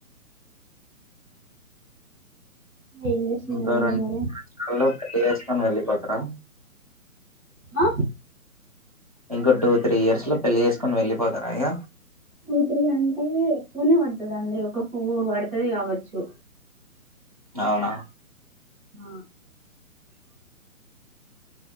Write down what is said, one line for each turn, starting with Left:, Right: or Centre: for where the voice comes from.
Centre: ఏం చేస్తున్నారండి
Right: ఇంకా రం
Centre: మరి
Right: <unintelligible> పెళ్లి చేస్కోని వెళ్ళిపో తరు
Centre: ఆ
Right: ఇంకో టూ త్రీ ఇయర్స్ లో పెళ్లి చేసుకొని వెళ్ళిపోతారా ఇగ
Centre: టూ త్రి అంటే ఎక్కువనే పడతదండి ఒకొక ఉరు పడుతది కావచ్చు
Right: అవునా
Centre: ఆ